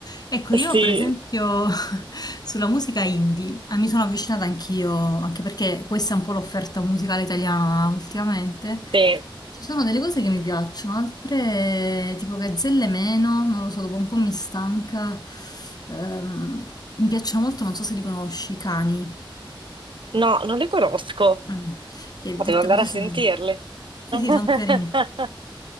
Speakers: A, on the left (about 50°); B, on the right (about 70°).
A: Ecco,
B: <laughs>
A: io
B: Sì,
A: per esempio <laughs> sulla musica indie eh, mi sono avvicinata anch'io, anche perché questa è un po' l'offerta musicale italiana ultimamente.
B: sì.
A: Ci sono delle cose che mi piacciono, altre eh, tipo Gazzelle meno, non lo so, dopo un po' mi stanca. Ehm, mi piacciono molto, non so se li conosci, i Cani,
B: No, non li conosco.
A: Mm. che
B: Potevo
A: detta
B: andare
A: così
B: a
A: sono...
B: sentirli.
A: Sì,
B: <laughs>
A: sì, sono carini.